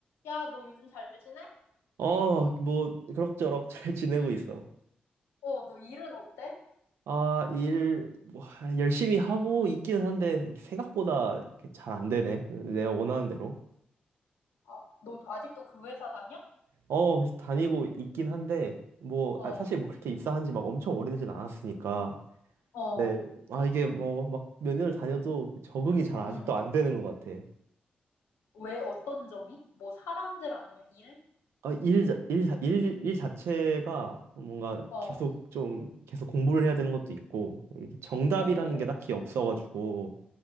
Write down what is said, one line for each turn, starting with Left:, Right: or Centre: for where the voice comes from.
Left: 야, 너 요즘 잘 지내?
Right: 어, 뭐, 그럭저럭 <laughs> 잘 지내고 있어.
Left: 어, 너 일은 어때?
Right: 아, 일, 뭐, 하, 열심히 하고 있기는 한데, 생각보다 잘 안 되네. 내가 원하는 대로.
Left: 아, 너 아직도 그 회사 다녀?
Right: 어, 그래서 다니고 있긴 한데, 뭐,
Left: 어,
Right: 아, 사실 뭐 그렇게 입사한 지 막 엄청 오래되진 않았으니까.
Left: 어,
Right: 네, 아, 이게 뭐, 막 몇 년을 다녀도 적응이 잘 아직도
Left: 응.
Right: 안 되는 것 같아.
Left: 왜 어떤 점이? 뭐 사람들 아니면 일?
Right: 아, 일, 자- 일, 자- 일, 일 자체가 뭔가
Left: 어,
Right: 계속 좀, 계속 공부를 해야 되는 것도 있고, 이게 정답이라는
Left: 오,
Right: 게 딱히 없어가지고,